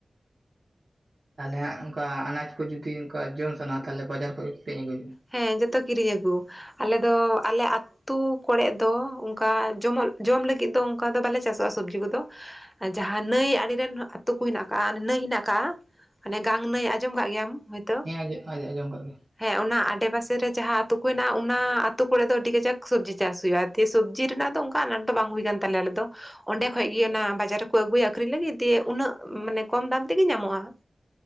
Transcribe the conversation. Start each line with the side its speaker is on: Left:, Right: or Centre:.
Right: ᱛᱟᱦᱚᱞᱮ ᱦᱟᱸ ᱚᱱᱠᱟ ᱟᱱᱟᱡᱽ ᱠᱚ ᱡᱩᱫᱤ ᱚᱱᱠᱟ ᱡᱚᱢ ᱥᱟᱱᱟᱚᱜᱣᱟ ᱛᱟᱦᱚᱞᱮ ᱵᱟᱡᱟᱨ ᱠᱷᱚᱡ ᱠᱤᱨᱤᱧ ᱟᱹᱜᱩᱭ ᱦᱩᱭᱩᱜ ᱟ᱾
Centre: ᱦᱮᱸ ᱡᱚᱛᱚ ᱠᱤᱨᱤᱧ ᱟᱹᱜᱩ ᱟᱞᱮ ᱫᱚ ᱟᱞᱮ ᱟᱹᱛᱩᱳ ᱠᱚᱨᱮᱫ ᱫᱚ ᱚᱱᱠᱟ ᱡᱚᱢᱚᱜ ᱡᱚᱢ ᱞᱟᱹᱜᱤᱫ ᱫᱚ ᱚᱱᱠᱟ ᱫᱚ ᱵᱟᱞᱮ ᱪᱟᱥᱚᱜᱼᱟ ᱥᱚᱵᱽᱡᱤ ᱠᱚᱫᱚ᱾ ᱡᱟᱦᱟᱸ ᱱᱟᱹᱭ ᱟᱲᱮᱨᱮᱱ ᱟᱹᱛᱩᱳ ᱠᱚ ᱦᱮᱱᱟᱜ ᱟᱠᱟᱟᱜᱼᱟ ᱱᱟᱹᱭ ᱦᱮᱱᱟᱜ ᱟᱠᱟᱜᱼᱟ᱾ ᱢᱟᱱᱮ ᱜᱟᱝ ᱱᱟᱹᱭ ᱟᱸᱡᱚᱢ ᱠᱟᱜ ᱜᱮᱭᱟᱢ ᱦᱳᱭᱛᱳ,
Right: ᱟᱹᱜᱩᱭ ᱦᱩᱭᱩᱜᱼᱟ ᱦᱮᱸ ᱦᱮᱸ ᱟᱸᱡᱚᱢ ᱟᱸᱡᱚᱢ ᱠᱟᱜ ᱜᱤᱭᱟᱹᱧ
Centre: ᱦᱮᱸ ᱚᱱᱟ ᱟᱰᱮ ᱯᱟᱥᱮ ᱨᱮ ᱡᱟᱦᱟᱸ ᱟ ᱟᱹᱛᱩ ᱠᱚ ᱦᱮᱱᱟᱜ ᱚᱱᱟ ᱟ ᱟᱹᱛᱩᱳ ᱠᱚᱨᱮᱮᱫ ᱫᱚ ᱟᱹᱰᱤ ᱠᱟᱡᱟᱠ ᱥᱚᱵᱡᱤ ᱪᱟᱥ ᱦᱩᱭᱩᱜᱼᱟ ᱫᱤᱭᱮ ᱥᱚᱵᱽᱡᱤ ᱨᱮᱱᱟᱜ ᱫᱚ ᱚᱱᱠᱟ ᱟᱱᱟᱴ᱾ ᱵᱟᱝ ᱦᱩᱭ ᱠᱟᱱ ᱛᱟᱞᱮ ᱟᱞᱮ ᱫᱚ᱾ ᱚᱸᱰᱮ ᱠᱷᱚᱡ ᱜᱮ ᱚᱱᱟ ᱵᱟᱡᱟᱨ ᱨᱮᱠᱚ ᱟᱹᱜᱩᱭᱟ ᱟᱹᱷᱨᱤᱧ ᱞᱟᱹᱜᱤᱫ ᱫᱤᱭᱮ ᱩᱱᱟᱹᱜ ᱢᱟᱱᱮ ᱠᱚᱢ ᱫᱟᱢ ᱛᱮᱜᱮ ᱧᱟᱢᱚᱜᱼᱟ᱾